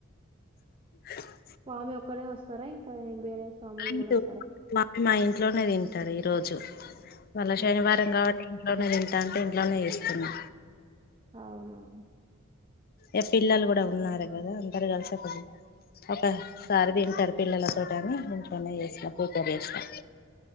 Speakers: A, on the left; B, on the right.
A: <inaudible>
B: స్వామి ఒక్కరే వస్తారా ఇంకా వేరే స్వాములు
A: లేదు
B: కూడా వస్తారా
A: స్వామి మా ఇంట్లోనే తింటారు ఈరోజు నల్ల శనివారం
B: అవును
A: కాబట్టి ఇంట్లోనేను తంటా అంటే ఇంట్లోనే చేస్తున్నా
B: అవునను
A: ఇ పిల్లలు కూడా ఉన్నారు కదా అందరు కలిసకదు ఒకసారి తింటారు పిల్లలతో అని ఇంట్లోనే చేసినా ప్రిపేర్ చేసినా